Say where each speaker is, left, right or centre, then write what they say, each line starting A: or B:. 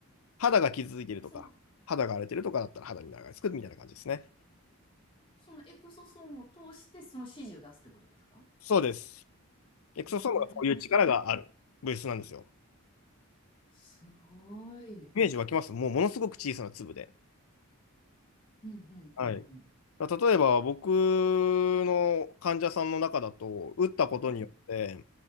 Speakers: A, on the left; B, on the left.
A: 肌が傷ついてるとか、
B: その、
A: 肌が荒れてるとかだったら肌に流れ着くみたいな感じですね。
B: そのエクソソームを通してその指示を出すってことですか
A: そうです。エクソソームがそういう力がある物質なんですよ。
B: へえ、すごい。
A: イメージ湧きますもうものすごく小さな粒で。
B: うん、うん、
A: はい。
B: うん、うん。
A: だから例えば僕の患者さんの中だと、打ったことによって、
B: うん